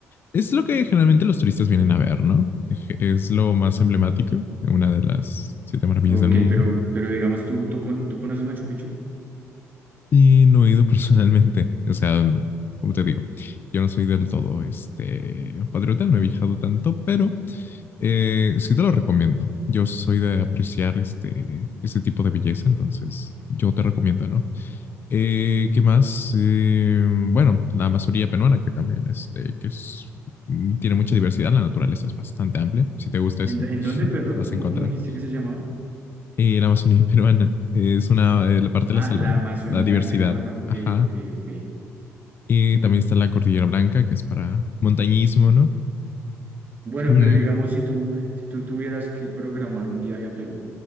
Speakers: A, on the left; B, on the right.
A: es lo que generalmente los turistas vienen a ver, ¿no? Es lo más emblemático, una de las siete maravillas
B: Ok,
A: del mundo.
B: pero, pero digamos, ¿tú, tú, con- tú conoces Machu Picchu?
A: Y no he ido <laughs> personalmente. O sea, como te digo, yo no soy del todo, este, patriota, no he viajado tanto, pero Eh, sí te lo recomiendo. Yo soy de apreciar este, este tipo de belleza, entonces yo te recomiendo, ¿no? Eh, ¿qué más? Eh, bueno, la Amazonía peruana, que también este, que es, mm, tiene mucha diversidad, la naturaleza es bastante amplia. Si te gusta eso,
B: ¿En, dó- en dónde,
A: <laughs>
B: perdón?
A: vas
B: ¿Cómo,
A: a encontrar.
B: cómo dijiste que se llamaba?
A: Eh, la Amazonía <laughs> peruana es una, eh, la parte de
B: Ah,
A: la selva,
B: la
A: ¿no?
B: Amazonía
A: La diversidad,
B: peruana. Ok,
A: ajá.
B: ok, ok.
A: Y también está la Cordillera Blanca, que es para montañismo, ¿no?
B: Bueno,
A: Mm,
B: pero digamos, si tú, si tú tuvieras que programar un viaje a Perú.